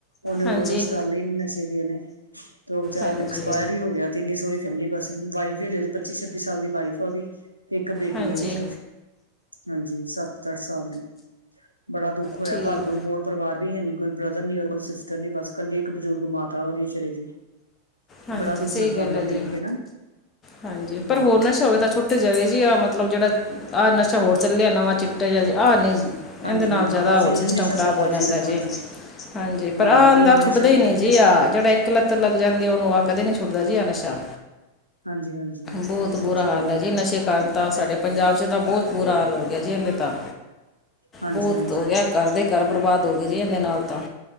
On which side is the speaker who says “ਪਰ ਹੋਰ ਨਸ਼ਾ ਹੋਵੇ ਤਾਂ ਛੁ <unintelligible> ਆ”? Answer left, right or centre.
Left